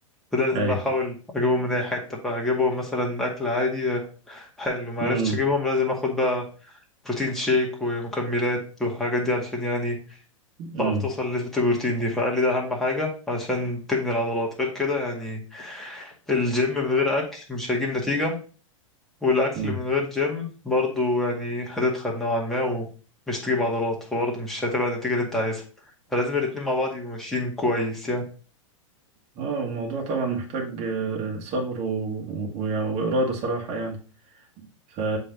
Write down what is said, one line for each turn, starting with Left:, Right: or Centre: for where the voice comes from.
Centre: فده لازم
Right: ايوه
Centre: بقى احاول اجيبهم من اي حتة بقى اجيبهم مثلا اكل عادي حلو ما
Right: امم
Centre: عرفتش اجيبهم لازم اخد بقى بروتين شيك ومكملات والحاجات دي علشان يعني
Right: امم
Centre: تعرف توصل لنسبة البروتين دي فقال لي ده اهم حاجة علشان تبني العضلات غير كده يعني الجيم من غير اكل مش هيجيب نتيجة والاكل
Right: امم
Centre: من غير جيم برضو يعني هتتخن نوعا ما ومش تجيب عضلات فبرضو مش هتبقى النتيجة اللي انت عايزها فلازم الاتنين مع بعض يبقوا ماشيين كويس يعني
Right: اه الموضوع طبعا محتاج آه، صبر و... و... وإرادة صراحة يعني ف